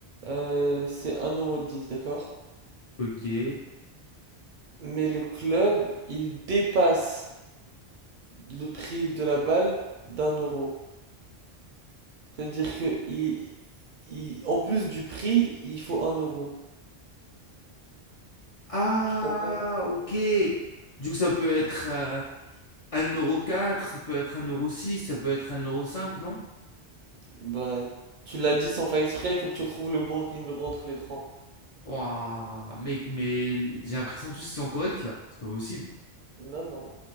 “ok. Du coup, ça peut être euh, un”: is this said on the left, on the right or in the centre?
Left